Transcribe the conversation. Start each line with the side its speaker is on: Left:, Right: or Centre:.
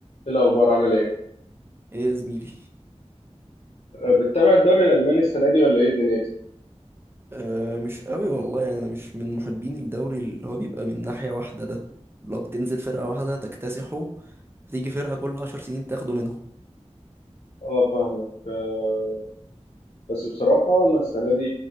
Left: ايه الاخبار عامل ايه
Right: ايه يا زميلي
Left: أه، بتتابع الدوري الالماني السنه دي ولا ايه دنيتك
Right: أه مش قوي والله يعني انا مش من محبين الدوري اللي هو بيبقى من ناحية واحدة ده لو بتنزل فرقة واحدة تكتسحه فتيجي فرقة كل عشر سنين تاخده منهم
Left: اه فاهمك أه بس بصراحه انا السنه دي